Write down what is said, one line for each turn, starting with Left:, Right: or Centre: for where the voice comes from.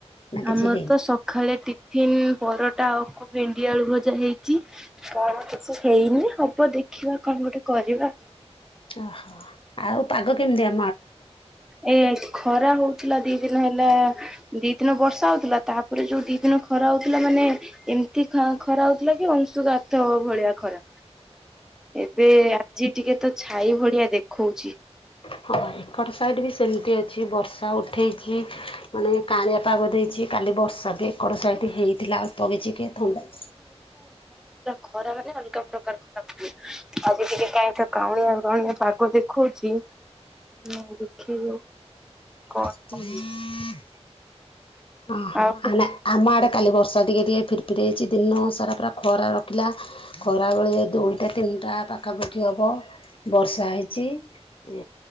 Left: ନା କିଛି
Centre: ଆମର
Left: ହେଇନି
Centre: ତ ସକାଳେ ଟିଫିନ ପରଟା ଆଉ ଭେଣ୍ଡି ଆଳୁ ଭଜା ହେଇଛି କଣ କିଛି ହେଇନି ହବ ଦେଖିବା କଣ ଗୋଟେ କରିବା।
Left: ଓହୋ ଆଉ ପାଗ କେମିତିଆ?
Centre: ଏ ଖରା ହଉଥିଲା ଦି ଦିନ ହେଲା ଦି ଦିନ ବର୍ଷା ହଉଥିଲା ତାପରେ ଯୋଉ ଦି ଦିନ ଖରା ହଉଥିଲା ମାନେ ଏମିତି ଖ-ଖରା ହଉଥିଲା ଅଂଶୁଘାତ ଭଳିଆ ଖରା।
Left: ହୁଁ <inaudible>
Centre: ଏବେ ଆଜି ଟିକେ ତ ଛାଇ ଭଳିଆ ଦେଖଉଛି।
Left: ହଁ ଏପଟ ସାଇଡ ବି ସେମିତି ଅଛି ବର୍ଷା ଉଠେଇଛି ମାନେ କାଁଳିଆ ପାଗ ଦେଇଛି କାଲି ବର୍ଷା ବି ଏକଡ ସାଇଡ ହେଇଥିଲା ଅଳ୍ପ କିଛି କିଏ ଥଣ୍ଡା
Centre: ଖରାମାନେ ଅଲଗା ପ୍ରକାର ଖରା ଆଜି ଟିକେ କାଁଳିଆ କାଁଳିଆ ପାଗ ଦେଖଉଛି। <unintelligible> ହଁ ଦେଖିବୁ କଣ
Left: ହୁଁ
Centre: ହଉଛି
Left: ହଁ
Centre: ଆଉ
Left: ହଁ ଆମ ଆଡେ କାଲି ବର୍ଷା ଟିକେ ଟିକେ ଫିରି ଫିରି ହେଇଛି ଦିନ ସାରା ପୁରା ଖରା ରଖିଲା ଖରା ବଳେ ଦୁଇଟା ତିନି ଟା ପାଖାପାଖି ହବ ବର୍ଷା ହେଇଛି ଏ